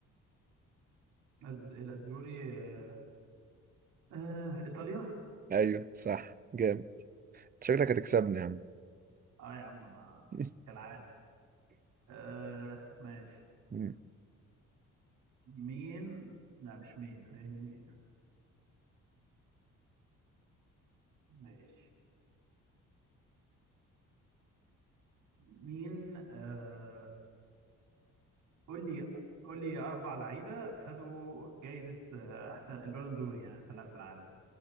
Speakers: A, on the right (about 80°); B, on the right (about 30°).
A: الأد- الأدزوري آه... آه... إيطاليا
B: ايوه صح جامد شكلك هتكسبني يا عم
A: اه يا عم ما-
B: <laughs>
A: كالعادة آه ماشي
B: مم.
A: مين لا مش مين هي مين ماشي مين آه قول لي قول لي أربع لعيبة خدوا جايزة آه أحسن البالون دور يعني أحسن لاعب في العالم